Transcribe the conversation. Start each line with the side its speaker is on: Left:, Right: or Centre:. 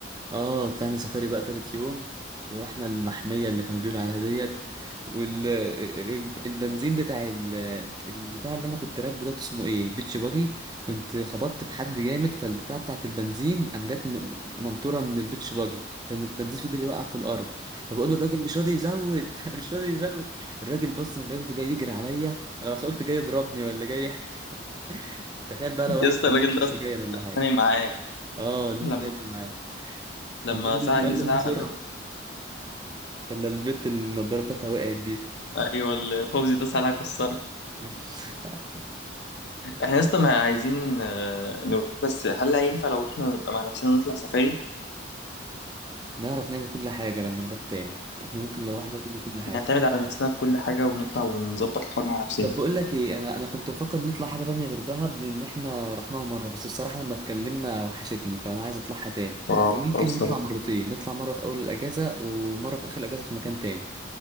Right: اه طلعنا سفاري بقى تالت يوم ورحنا المحمية اللي كانوا بيقولوا عليها ديت والبنزين بتاع ال- البتاع اللي انا كنت راكبه ده اسمه ايه بيتش باجي كنت خبطت في حد جامد فالبتاع بتاعت البنزين قام جت م- منطورة من البيتش باجي فالبنزين فضل يوقع في الارض فبقول للراجل مش راضي يزود <laughs> مش راضي يزود الراجل بص من بعيد جاي يجري عليا انا بس قلت جاي يضربني ولا جاي <laughs> تخيل بقى لو واحد
Left: يا اسطى
Right: كان
Left: الراجل
Right: بيشرب
Left: ده
Right: سجاير
Left: اصلا
Right: ولا حاجه
Left: اتخانق معاه
Right: اه اللي
Left: لما
Right: انت خانقت معاه
Left: لما
Right: قام جاي
Left: زعق جه
Right: قال
Left: زعق
Right: له بسرعه
Left: له.
Right: ولا البنت اللي النضارة بتاعتها وقعت دي
Left: ايوه اللي فوزي ده ساعة كسرها
Right: <laughs>
Left: احنا يا اسطى ما عايزين آه، نروح بس هل هينفع لو رحنا نبقى مع نفسنا ونطلع سفاري
Right: نعرف نعمل كل حاجة لما نروح تاني احنا ممكن لو رحنا نعمل كل حاجة
Left: نعتمد على نفسنا في كل حاجة ونطلع ونظبط الحوار مع نفسنا
Right: طب بقول لك ايه انا انا كنت بفكر نطلع حاجة تانية غير دهب لان احنا رحناها مرة بس بصراحة لما اتكلمنا وحشتني فانا عايز اطلعها تاني
Left: اه
Right: ممكن
Left: الصراحة
Right: نطلع مرتين نطلع مرة في اول الاجازة ومرة في اخر الاجازة في مكان تاني